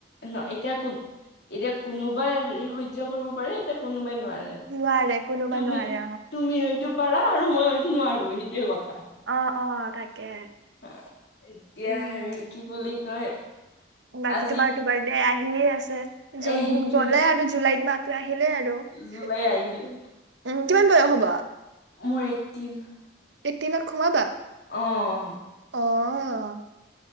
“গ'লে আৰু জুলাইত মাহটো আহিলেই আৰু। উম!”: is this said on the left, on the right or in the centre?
Right